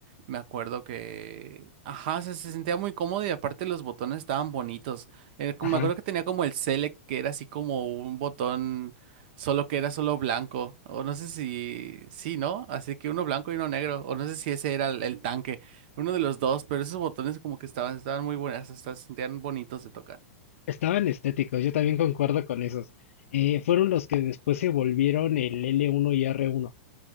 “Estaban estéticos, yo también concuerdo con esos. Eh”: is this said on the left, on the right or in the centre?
Left